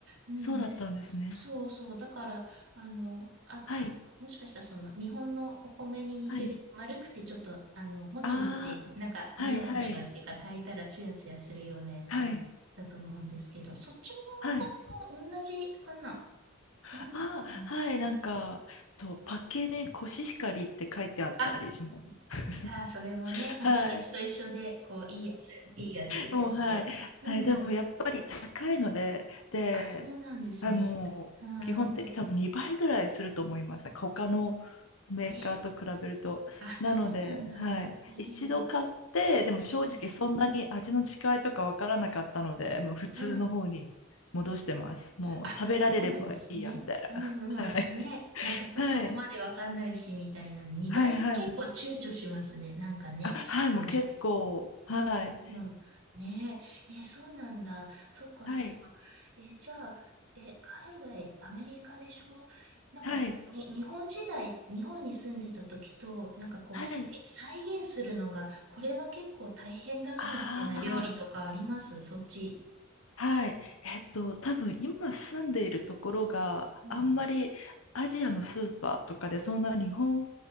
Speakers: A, on the right; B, on the left.
A: うんうん。
B: そうだったんですね。
A: そうそう。だから、あの、あ、た、
B: はい。
A: もしかしたらその日本のお米に似てる、
B: はい。
A: 丸くてちょっと、あの、もちもち、
B: ああ、
A: なんか、
B: はいはい、
A: ネバネバっていうか、炊いたらツヤツヤするようなやつだと思うんですけど、
B: はい、
A: そっちの
B: はい。
A: お米も同じかな
B: ああ、
A: 同じですかね。
B: はい、なんか、と、パッケージにコシヒカリって書いてあったりします。
A: あ、じゃあ、それもね、
B: <laughs>
A: 蜂蜜と一緒で、
B: はい。
A: こう、いいやつ、いいやつですね。
B: もう、はい。はい、
A: うんうん。
B: でもやっぱり高いので、で、
A: あ、そうなんですね。
B: あもう基本的多分2倍ぐらいすると思いますね。
A: うーん。
B: 他のメーカーと比べると。
A: えーあ、そうなんだ。
B: なので、はい。
A: ええ
B: 一度買って、でも正直そんなに味の違いとかわからなかったので、
A: うん、
B: もう普通の方に戻してます。
A: うん。
B: もう食べられればいいや、
A: あ、そうなんですね。
B: みたいな。
A: うんうん。
B: <laughs> はい。
A: ね。なんかそ、
B: はい。
A: そこまでわかんないし、みたいな。2倍結構躊躇しますね。
B: はい、はい。
A: なんかね。
B: あ、はい、
A: ちょっとね。
B: もう結構。はい。
A: うん。ねえ。え、そうなんだ。そっかそっか。
B: はい。
A: え、じゃあ、え、海外、アメリカでしょなんか、
B: はい。
A: に、日本時代、日本に住んでた時と、なんかこう、
B: はい。
A: 再、再現するのが、これは結構大変だぞ、
B: ああ。
A: みたいな料理とかありますそっち。
B: はい。えっと、多分今住んでいるところがあんまりアジアのスーパーとかでそんな日本
A: うん。